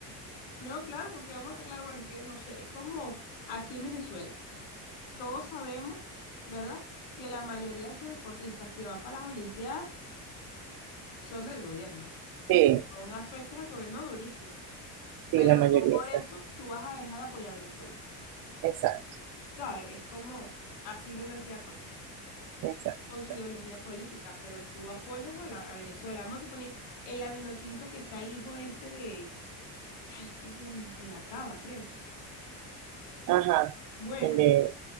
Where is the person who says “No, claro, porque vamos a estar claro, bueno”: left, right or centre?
Left